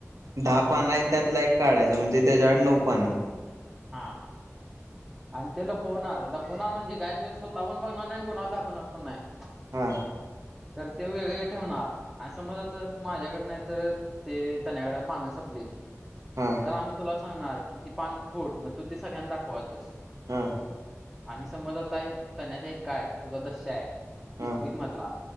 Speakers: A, on the right; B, in the centre.
A: दहा पानं आहेत त्यातला एक काढायचा म्हणजे त्याच्याकड नऊ पानं
B: हा. आणि ते ल पोवणार लपणार म्हणजे काय ते स्वतः पण बघणार नाही आणि कोणाला दाखवणार पण नाही
A: हा.
B: तर ते वेगळे ठेवणार आणि समज आता माझ्याकड नाही तर ते त्यांनकडे पानं संपलीत
A: हा
B: तर आम्ही तुला सांगणार की ती पान फोड मग तू ती सगळ्यांना दाखवाजस
A: हम.
B: आणि समज आता तण्याचा एक काय तुझा दश्य आहे
A: हा
B: इस्पिक मधला